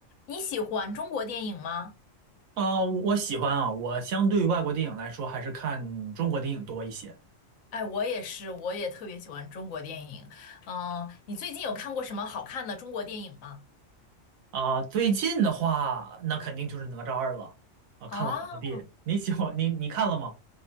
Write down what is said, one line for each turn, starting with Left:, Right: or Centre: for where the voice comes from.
Left: 你喜欢中国电影吗？
Right: 啊，我喜欢啊，我相对于外国电影来说，还是看中国电影多一些
Left: 哎，我也是，我也特别喜欢中国电影。嗯、你最近有看过什么好看的中国电影吗？
Right: 啊。最近的话，那肯定就是《哪吒二》了啊，看了好多遍。
Left: 啊
Right: 你喜欢你你看了吗？